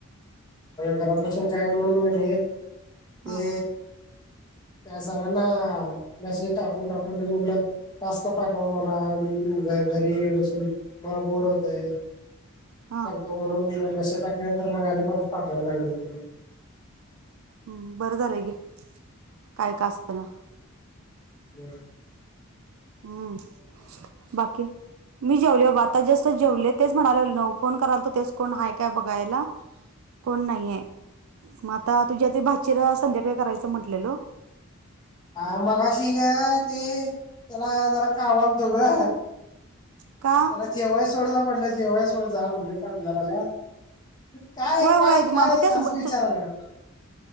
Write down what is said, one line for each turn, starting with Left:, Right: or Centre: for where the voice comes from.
Left: घरात बसून काय म्हणून नाही ते
Right: हा
Left: त्या सरांना मसेज टाकून टाकून ते मुलं पास्क पाठवा मला घ घरी बसून मला बोर होतय
Right: हा
Left: करतो म्हणून मसे टाकल्यानंतर मग आ परत पाठवावं लागलं तिला
Right: हम् बरं झालंय गे काय का असताना
Left: बर
Right: हम्म बाकी मी जेवलेबा आता जस्त जेवले तेच म्हणाले न फोन कराल तो तेच कोण आहेय काय बघायला
Left: <inaudible>
Right: कोण नाहीये मग आता तुझ्या ते भाचीरा संध्याकाळी करायचं म्हटलेल
Left: हा मगशी ग ते त्याला जरा कावालतो ग
Right: का
Left: जेव्हाय सोड जा म्हटलं जेव्हाय सोड जा म्हटलं कामगाराला काय
Right: होय
Left: काय
Right: होय
Left: काय
Right: मग तेच
Left: असं
Right: ब-
Left: विचारायलात
Right: तू-